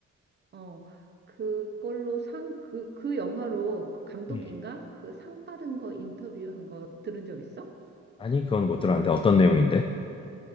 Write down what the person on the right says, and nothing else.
어, 그걸로 상, 그, 그 영화로 그 감독인가?
그 상 받은 거 인터뷰한 거 들은 적 있어?